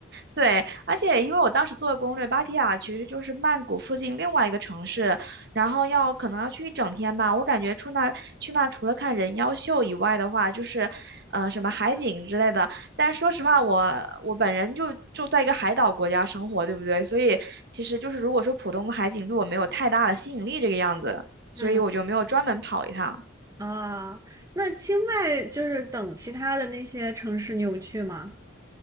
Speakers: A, on the right (about 55°); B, on the right (about 15°).
A: 对，而且因为我当时做的攻略，芭提雅其实就是曼谷附近另外一个城市，然后要可能要去一整天吧。我感觉出那去那除了看人妖秀以外的话，就是，呃，什么海景之类的。但说实话，我我本人就就在一个海岛国家生活，对不对？所以其实就是如果说普通的海景对我没有太大的吸引力这个样子，所以我就没有专门跑一趟。
B: 嗯。啊，那清迈就是等其他的那些城市你有去吗？